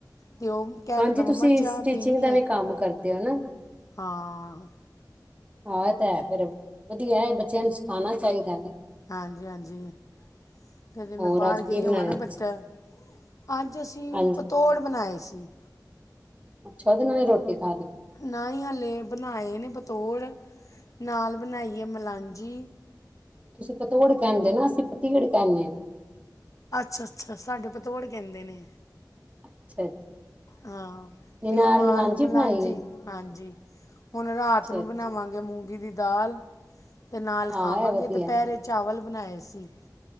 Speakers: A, on the left; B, on the right.
A: ਤੇ ਉਹ ਕਹਿ
B: ਹਾਂਜੀ,
A: ਦਿੰਦਾ ਮੰਮਾ
B: ਤੁਸੀਂ
A: ਚਾਹ
B: ਸਟਿਚਿੰਗ
A: ਪੀਣੀ
B: ਦਾ
A: ਹੈ
B: ਵੀ ਕੰਮ ਕਰਦੇ ਹੋ ਨਾ।
A: ਹਾਂ
B: ਹਾਂ, ਇਹ ਤਾਂ ਹੈ ਫੇਰ ਵਧੀਆ ਬੱਚਿਆਂ ਨੂੰ ਸਿਖਾਉਣਾ਼ ਚਾਹੀਦਾ ਵ।
A: ਹਾਂਜੀ-ਹਾਂਜੀ, ਕਦੇ ਮੈਂ
B: ਹੋਰ
A: ਬਾਹਰ
B: ਅੱਜ
A: ਗਈ
B: ਕੀ ਬਣਾਇਆ
A: ਹੋਵਾਂ ਨਾ ਬੱਚਾ
B: ਤੁਸੀਂ
A: ਅੱਜ ਅਸੀਂ
B: ਹਾਂਜੀ
A: ਪਤੌੜ ਬਣਾਏ ਸੀ।
B: ਅਛਾੱ, ਉਹਦੇ ਨਾਲ ਹੀ ਰੋਟੀ ਖਾ ਲਈ।
A: ਨਾ ਹੀ ਹਾਲੇ ਬਣਾਏ ਨੇ ਪਤੋੜ। ਨਾਲ ਬਣਾਈਏ ਮਲਾਂਝੀ
B: ਤੁਸੀਂ ਪਤੋੜ ਕਹਿੰਦੇ ਹੋ ਨਾ ਅਸੀਂ ਪਤੀੜ ਕਹਿੰਦੇ ਹਾਂ।
A: ਅੱਛਾ-ਅੱਛਾ, ਸਾਡੇ ਪਤੌੜ ਕਹਿੰਦੇ ਨੇ।
B: ਅੱਛਾ
A: ਹਾਂ,
B: ਅੱਛਾ
A: ਤੇ ਉਹ ਨਾਲ
B: ਮਲਾਂਜੀ
A: ਮਲਾਂਝੀ
B: ਬਣਾਈ ਹੈ
A: ਹਾਂਜੀ। ਹੁਣ ਰਾਤ
B: ਅੱਛਾ
A: ਨੂੰ
B: ਅੱਛਾ
A: ਬਣਾਵਾਂਗੇ ਮੂੰਗੀ ਦੀ ਦਾਲ। ਅਤੇ ਨਾਲ
B: ਹਾਂ
A: ਖਾਵਾਂਗੇ
B: ਇਹ ਵਧੀਆ
A: ਦੁਪਹਿਰੇ ਚਾਵਲ ਬਣਾਏ ਸੀ